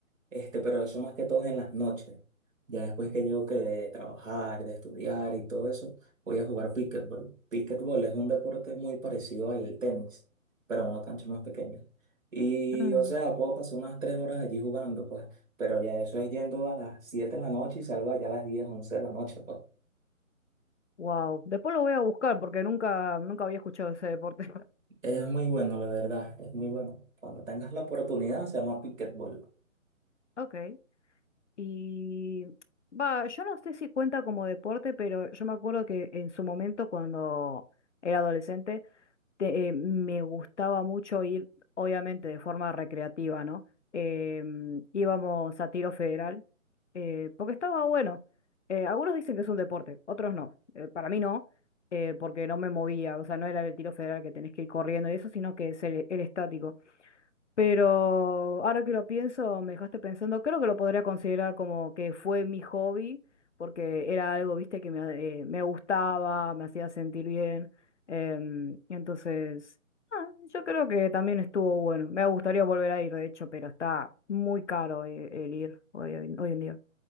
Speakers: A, on the right; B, on the left.
A: este, pero eso más que todo es en las noches. Ya después que llego que de trabajar, de estudiar y todo eso, voy a jugar pickleball. Pickleball es un deporte muy parecido al tenis, pero en una cancha más pequeña. Y,
B: mm,
A: o sea, puedo pasar unas tres horas allí jugando, pues, pero ya eso es yendo a las 7 de la noche y salgo allá a las 10 11 de la noche, pues.
B: wow, después lo voy a buscar porque nunca, nunca había escuchado ese deporte. <laughs>
A: Es muy bueno, la verdad, es muy bueno. Cuando tengas la oportunidad, se llama pickleball.
B: Ok. Y va, yo no sé si cuenta como deporte, pero yo me acuerdo que en su momento cuando era adolescente te- eh, me gustaba mucho ir, obviamente de forma recreativa, ¿no? Em, íbamos a tiro federal, eh, porque estaba bueno. Eh, algunos dicen que es un deporte, otros no. Eh, para mí no, eh, porque no me movía, o sea, no era el tiro federal que tenés que ir corriendo y eso, sino que es el, el estático. Pero ahora que lo pienso, me dejaste pensando, creo que lo podría considerar como que fue mi hobby, porque era algo, viste, que me, eh, me gustaba, me hacía sentir bien. em, y entonces, ah, yo creo que también estuvo bueno. Me gustaría volver a ir, de hecho, pero está muy caro eh, el, ir hoy, hoy en día.